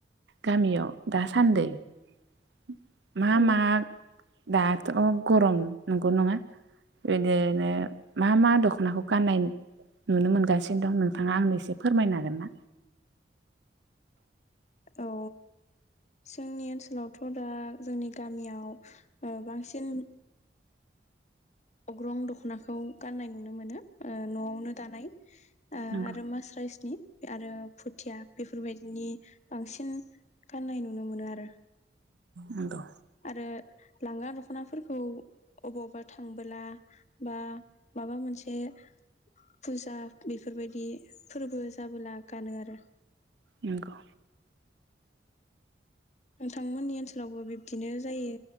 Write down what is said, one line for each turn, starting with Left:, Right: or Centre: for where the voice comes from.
Right: गामियाव दासान्दै <inaudible> मा
Left: औ
Right: मा दाथ' गरम नंगौ नङा बिदिनो मा मा दख'नाखौ गान्नाय नुनो मोनगासिनो दं नोंथाङा आंनो एसे फोरमायनो हागोन ना?
Left: औ जोंनि ओनसोलावथ' दा जोंनि गामियाव ओ बांसिन अग्रं दख ख'नाखौ गान्नाय नुनो मोनो। ओ न'आवनो दानाय ओ
Right: नंगौ
Left: आरो मास राइसनि आरो फुथिया बेफोरबायदिनि बांसिन गान्नाय नुनो मोनो आरो।
Right: नंगौ
Left: आरो लांगा दख'नाफोरखौ अबावबा थांबोला बा माबा मोनसे फुजा बेफोरबायदि फोरबो जाबोला गानो आरो।
Right: नंगौ
Left: नोंथांमोननि ओनसोलावबो बिब्दिनो जायो